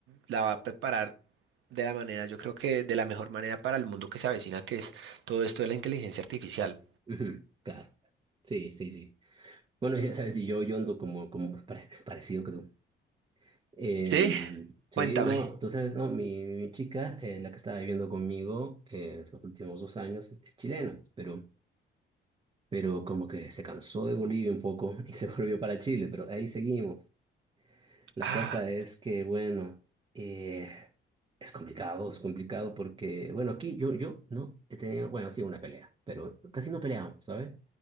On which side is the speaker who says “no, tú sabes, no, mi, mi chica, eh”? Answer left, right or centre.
Right